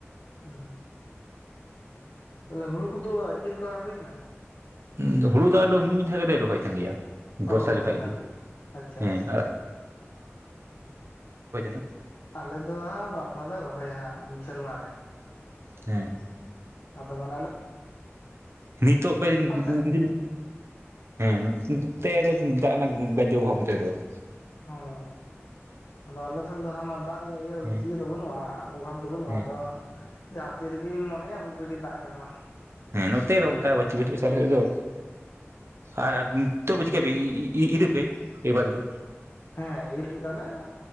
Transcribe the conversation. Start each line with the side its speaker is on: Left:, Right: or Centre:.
Left: ᱦᱩᱸᱼᱼ ᱛᱟᱦᱚᱞᱮ ᱦᱩᱲᱩ ᱠᱚᱫᱚ ᱤᱨ ᱠᱚᱨᱟ ᱦᱩᱭ ᱠᱟᱱᱟ
Right: ᱦᱩᱸ ᱦᱩᱲᱩ ᱫᱚ ᱟᱫᱚ ᱢᱤᱢᱤᱫ ᱫᱷᱟᱣ ᱞᱮ ᱨᱚᱦᱚᱭ ᱛᱟᱦᱮᱱ ᱜᱮᱭᱟ
Left: ᱚ
Right: ᱵᱚᱨᱥᱟ ᱡᱚᱠᱷᱮᱡ
Left: ᱢᱤᱫ ᱫᱷᱟᱣ
Right: ᱜᱮ
Left: ᱟᱪᱪᱷᱟ
Right: ᱦᱮᱸ
Left: ᱟᱪᱪᱷᱟ ᱟᱪᱪᱷᱟ
Right: ᱟᱨ <unintelligible>
Left: ᱟᱞᱮ ᱫᱚ ᱦᱟᱸᱜ ᱵᱟᱨ ᱫᱷᱟᱣ ᱞᱮ ᱨᱚᱦᱚᱭᱟ ᱦᱟᱸᱜ ᱥᱮᱨᱢᱟ ᱨᱮ᱾
Right: ᱦᱮᱸ
Left: ᱟᱫᱚ ᱢᱟᱱᱮ <inaudible>
Right: ᱱᱤᱛᱚᱜ ᱯᱮ <unintelligible>
Left: ᱥᱮ
Right: ᱦᱮᱸ ᱛᱮ <unintelligible>
Left: ᱚ ᱟᱫᱚ ᱟᱞᱮ ᱥᱮᱱ ᱫᱚ ᱦᱟᱱᱟ ᱫᱟᱜ ᱨᱮᱭᱟᱜ ᱤᱭᱟᱹ
Right: ᱦᱮᱸ
Left: ᱤᱭᱟᱹ ᱫᱚ ᱵᱟᱹᱱᱩᱜᱼᱟ ᱚᱵᱷᱟᱵᱽ ᱫᱚ ᱵᱟᱹᱱᱩᱜᱼᱟ
Right: ᱦᱮᱸ
Left: ᱟᱫᱚ᱾ ᱡᱟᱦᱟᱸ ᱛᱤᱨᱮᱜᱮᱢ ᱢᱚᱱᱮᱭᱟ ᱩᱱ ᱨᱮᱜᱮ ᱫᱟᱜ ᱮᱢ ᱮᱢᱟ᱾
Right: ᱦᱮᱸ ᱱᱚᱛᱮ ᱫᱚ ᱚᱱᱠᱟ ᱵᱟᱹᱪᱩᱜ ᱵᱟᱹᱪᱩᱜ ᱟᱞᱮ ᱥᱮᱪ ᱫᱚ᱾ ᱟᱨ ᱱᱤᱛᱚᱜ ᱪᱤᱠᱟᱹᱯᱮ ᱤ ᱤᱨ ᱯᱮ ᱮᱭᱵᱟᱨ ᱫᱚ᱾
Left: ᱦᱮᱸ ᱤᱨ ᱠᱮᱫᱟᱞᱮ